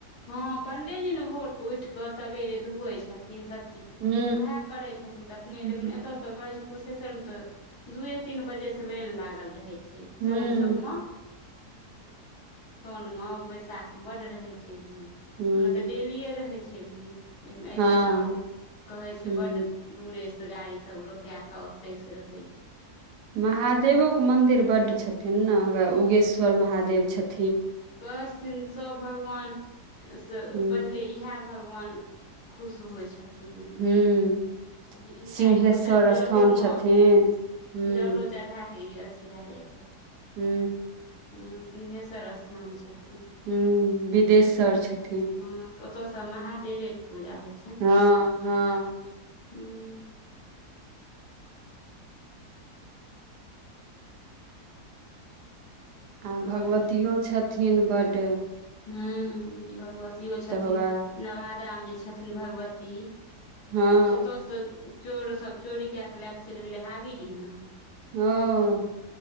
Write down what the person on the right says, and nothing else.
हूँ
हूँ
हूँ
हूँ
हँ
हूँ
महादेवो के मंदिर बड्ड छथिन ने हए उगेश्वर महादेव छथिन।
हूँ
हूँ
सिंहेश्वर
स्थान छथिन हूँ
हू।
ह विदेश्वर छथि।
हँ हँ।
आ
भगवतियो छथिन बड।
हौवे
हँ।
ह।